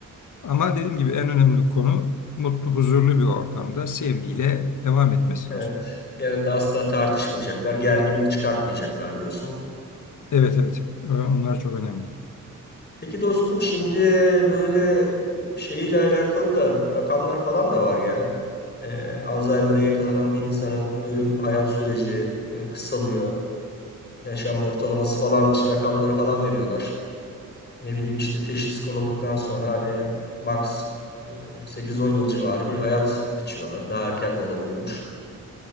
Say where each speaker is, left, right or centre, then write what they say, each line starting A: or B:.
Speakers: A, on the left (about 80°); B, on the left (about 35°).
A: Ama dediğim gibi en önemli konu mutlu, huzurlu bir ortamda sevgiyle devam etmesi
B: evet.
A: dostum.
B: Yanında asla tartışmayacaklar, gerginlik çıkartmayacaklar diyorsun.
A: Evet evet Ee, onlar çok önemli.
B: Peki dostum şimdi böyle şeyle alakalı da rakamlar falan da var ya. Ee, Alzheimer'a yakalanan bir insanın ölüm hayat süreci e, kısalıyor. Yaşam ortalaması falan rakamları falan veriyorlar. Ne bileyim işte teşhis konulduktan sonra hani max e, 8-10 yıl civarı bir hayat biçiyorlar. Daha erken de olabiliyormuş.